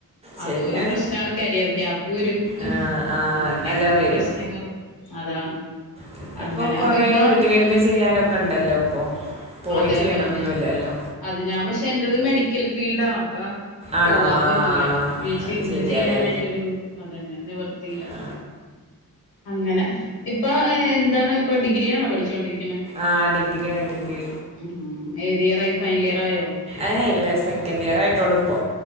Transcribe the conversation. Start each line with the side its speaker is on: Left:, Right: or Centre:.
Right: ശരിയാണ്
Left: അതും ഒരു പ്രശ്നാണ് കരിയർ ഗ്യാപ്പ് വരും
Right: ആ ആ
Left: അങ്ങനെയൊക്കെയ
Right: നല്ല
Left: ഉള്ള
Right: വരും
Left: പ്രശ്നങ്ങൾ. അതാണ്
Right: പിന്നെ
Left: അങ്ങനെ
Right: ഇപ്പൊ കൊറേ
Left: അപ്പൊ. ഇപ്പൊ
Right: വീട്ടിലിരുന്ന് ചെയ്യാനൊക്കെ ഉണ്ടല്ലോ പ്പൊ പോയി
Left: അതെ
Right: ചെയ്യണന്നൊന്നുല്ലല്ലോ.
Left: അതെ അത് ഞാൻ പക്ഷെ എന്റത് മെഡിക്കൽ ഫീൽഡ് ആണ് അപ്പ
Right: ആണോ
Left: പോവാതെ
Right: ആ
Left: പറ്റൂല.
Right: അത്
Left: ഇരുന്ന്
Right: ശരിയല്ലേ
Left: ചെയ്യാനായിട്ടൊരു. അതന്നെ നിവർത്തിയില്ല
Right: ആ
Left: അങ്ങനെ ഇപ്പൊ എന്താണ് ഇപ്പൊ ഡിഗ്രി. ഡിഗ്രിയാണോ പഠിച്ചുകോണ്ടിരിക്കനെ.
Right: ആഹ ആ ഡിഗ്രി ആ ഡിഗ്രി
Left: ഉ ഏത് ഇയർ ആയി ഫൈനൽ ഇയർ ആയോ?
Right: എയ് ഇല്ല സെക്കൻഡിയറയിട്ടോള്ളു ഇപ്പോ